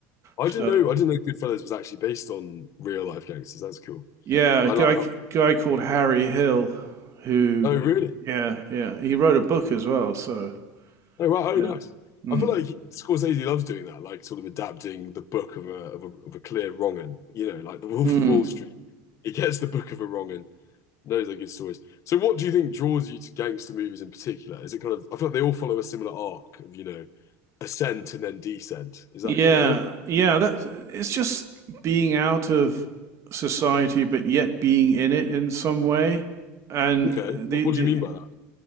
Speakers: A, on the left; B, on the right.
A: I
B: so
A: didn't know, I didn't know Goodfellas was actually based on real life gangsters. That's cool.
B: Yeah, a
A: I
B: guy
A: like.
B: guy called Harry Hill, who,
A: Oh, really?
B: yeah, yeah, he wrote a book as well. So
A: Oh, wow. Oh,
B: yeah,
A: nice.
B: mm.
A: I feel like Scorsese loves doing that, like sort of adapting the book of a of a, of a clear wrong 'un, you know, like The Wolf
B: Mm.
A: of Wall Street. <laughs> He gets the book of a wrong and knows they're good stories. So, what do you think draws you to gangster movies in particular? Is it kind of, I feel like they all follow a similar arc of, you know, ascent and then descent. Is
B: yeah,
A: that kind of it?
B: yeah. That's it's just being out of society, but yet being in it in some way. And
A: Okay.
B: the
A: What,
B: the
A: what do you mean by that?